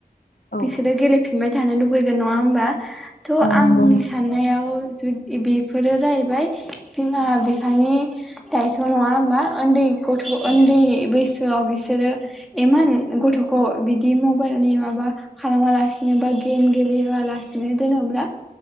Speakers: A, on the left (about 75°); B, in the centre.
A: नंगौ
B: बिसोरो गेलेफिनबाय थानो लुुबैगोन नङा होमबा थ' आंनि
A: नंगौ
B: साननायाव जुदि बेफोरो जाहैबाय बिमा बिफानि दायथ' नंङा होमबा उन्दै गथ'
A: नोंथां
B: उन्दै
A: औ
B: बैसो सोआव बिसोरो एमान गथ'खौ बिदि मबाइलनि माबा खालामा लासिनो बा गेम गेले होआलासिनो जेन'ब्ला